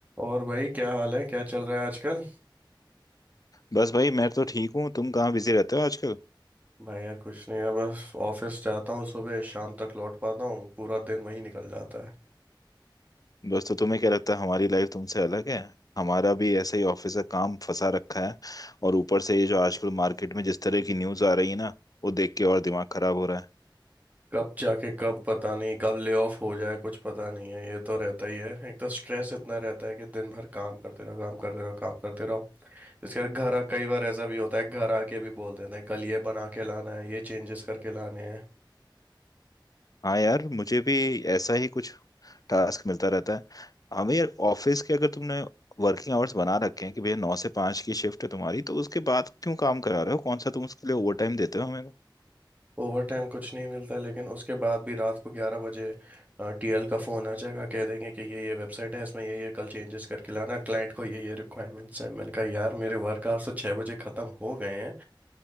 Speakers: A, on the right; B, on the left.
A: और भाई क्या हाल है क्या चल रहा है आजकल
B: बस भाई मैं तो ठीक हूँ तुम कहाँ बिजी रहते हो आजकल
A: भाई यार कुछ नहीं है बस ऑफिस जाता हूँ सुबह शाम तक लौट पाता हूँ पूरा दिन वहीं निकल जाता है
B: बस तो तुम्हें क्या लगता है हमारी लाइफ तुमसे अलग है हमारा भी ऐसा ही ऑफिस का काम फंसा रखा है और ऊपर से ये जो आजकल मार्केट में जिस तरह की न्यूज़ आ रही है ना वो देख के और दिमाग खराब हो रहा है
A: कब जाके कब पता नहीं कब ले ऑफ हो जाए कुछ पता नहीं है ये तो रहता ही है एक तो स्ट्रेस इतना रहता है कि दिन भर काम करते रहो काम करते रहो काम करते रहो इसके बाद घर आ कई बार ऐसा भी होता है घर आके भी बोल देते हैं कल ये बना के लाना है ये चेंजेस करके लाने हैं
B: हाँ यार मुझे भी ऐसा ही कुछ टास्क मिलता रहता है हमें यार ऑफिस के अगर तुमने वर्किंग आवर्स बना रखे हैं कि भैया नौ से पाँच की शिफ्ट है तुम्हारी तो उसके बाद क्यों काम करा रहे हो कौन सा तुम उसके लिए ओवर टाइम देते हो हमें
A: ओवर टाइम कुछ नहीं मिलता लेकिन उसके बाद भी रात को ग्यारह बजे टीएल का फ़ोन आ जाएगा कह देंगे कि ये ये वेबसाइट है इसमें ये ये कल चेंजेस करके लाना क्लाइंट को ये ये रिक्वायरमेंट्स हैं मैंने कहा यार मेरे वर्क आवर्स तो छः बजे ख़त्म हो गए हैं